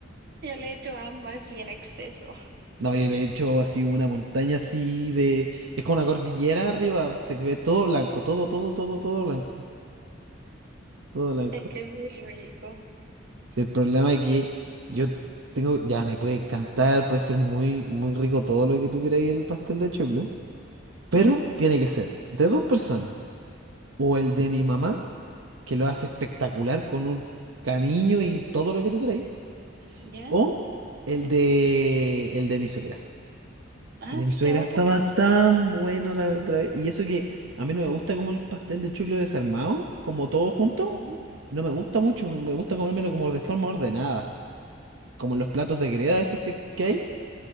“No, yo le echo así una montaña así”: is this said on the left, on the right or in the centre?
Right